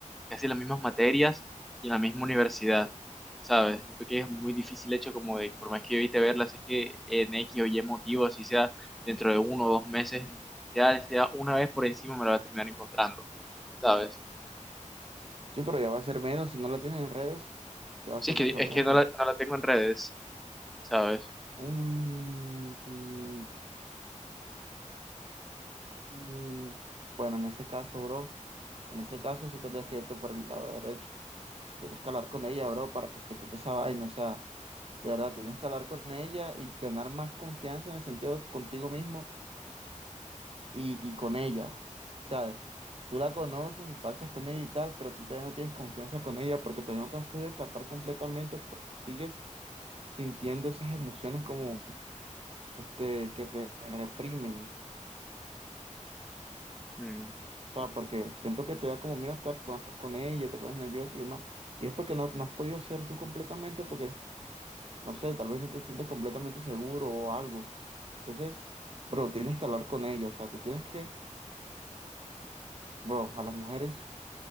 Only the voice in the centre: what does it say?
casi las mismas materias y en la misma universidad, ¿sabes? Siento que es muy difícil hecho como de, por más que yo evite verlas, es que en X o Y motivo, así sea dentro de uno o dos meses, ya sea una vez por encima me la voy a terminar encontrando, ¿sabes?
Sí,
es que,
es
que no la, no la tengo en redes, ¿sabes?
Mm,